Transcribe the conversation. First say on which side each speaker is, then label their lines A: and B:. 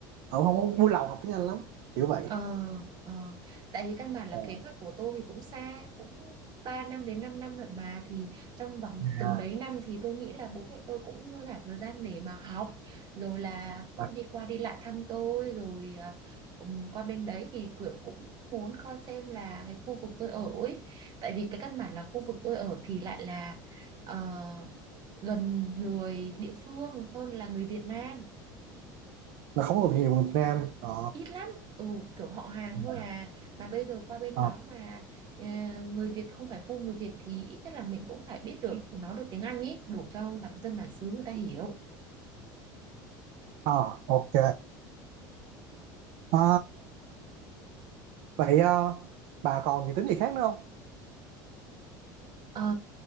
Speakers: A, on the right; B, on the right.
A: họ cũng không có vui lòng học tiếng Anh lắm kiểu vậy
B: Ờ, ờ. Tại vì căn bản là
A: Ờ.
B: kế hoạch của tôi thì cũng xa cũng 3 năm đến 5 năm lận mà thì trong vòng từng
A: à,
B: đấy năm thì tôi nghĩ là bố mẹ tôi cũng dư cả thời gian để mà học rồi là cứ
A: à,
B: đi qua đi lại thăm tôi rồi à, ừm, qua bên đấy thì kiểu cũng muốn coi xem là cái khu vực tôi ở ấy tại vì cái căn bản là khu vực tôi ở thì lại là ờ, gần người địa phương hơn là người Việt Nam
A: nó không có nhiều người Việt Nam ờ
B: ít lắm ừ kiểu họ hàng thôi
A: à,
B: à mà bây giờ qua bên
A: à.
B: đó mà ờ, người Việt không phải khu người Việt thì ít nhất là mình cũng phải biết được nói được tiếng Anh ý đủ cho bản dân bản xứ người ta hiểu
A: Ờ, ok Ờ, vậy ờ, bà còn dự tính gì khác nữa không
B: Ờ,